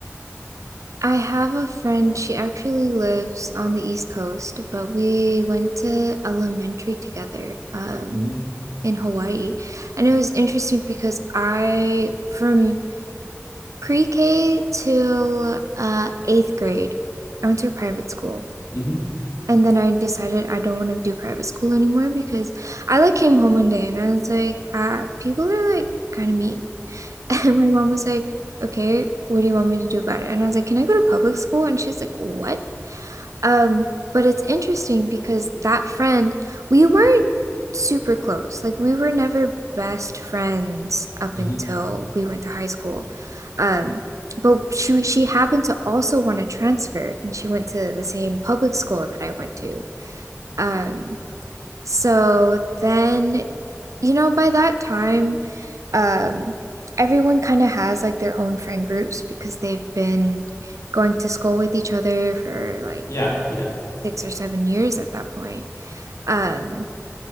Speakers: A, on the right; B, on the left.
A: I have a friend, she actually lives on the East Coast, but we went to elementary together um,
B: Mm-hmm.
A: in Hawaii. And it was interesting because I, from pre-K to uh, eighth grade, I went to a private school.
B: Mm-hmm.
A: And then I decided I don't want to do private school anymore because I like came home one day and I was like, ah, people are like kind of mean. <laughs> And my mom was like, okay, what do you want me to do about it? And I was like, can I go to public school? And she was like, what? Um, but it's interesting because that friend, we weren't super close. Like we were never best friends up
B: Mm-hmm.
A: until we went to high school. Um, but she she happened to also want to transfer and she went to the same public school that I went to. Um, so then, you know, by that time, um, everyone kind of has like their own friend groups because they've been going to school with each other for like
B: Yeah. Yeah.
A: six or seven years at that point. Um,